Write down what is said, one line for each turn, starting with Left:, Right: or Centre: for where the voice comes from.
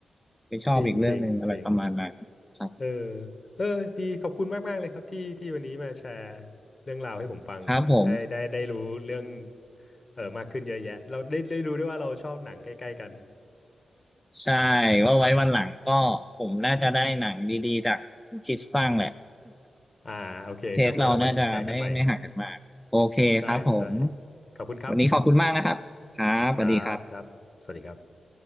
Centre: ไปชอบอีกเรื่องหนึ่งอะไรประมาณนั้นครับ
Left: จริงจริงจริงเออเออดีขอบคุณมากมากเลยครับที่ที่วันนี้มาแชร์เรื่องราวให้ผมฟังได้ได้ได้รู้เรื่อง
Centre: ครับผม
Left: เออมากขึ้นเยอะแยะเราได้ได้รู้ด้วยว่าเราชอบหนังใกล้ๆกัน
Centre: ใช่ว่าไว้วันหลังก็ผมน่าจะได้หนังดีๆจากคิดฟังแหละ
Left: <laughs> อ่าโอเคครับไว้เรามาแชร์กันใหม่
Centre: เทสเราน่าจะไม่ไม่ห่างกันมากโอเคครับผม
Left: ใช่ใช่ขอบคุณครับ
Centre: วันนี้ขอบคุณมากนะครับครับสวัสดีครับ
Left: ครับครับสวัสดีครับ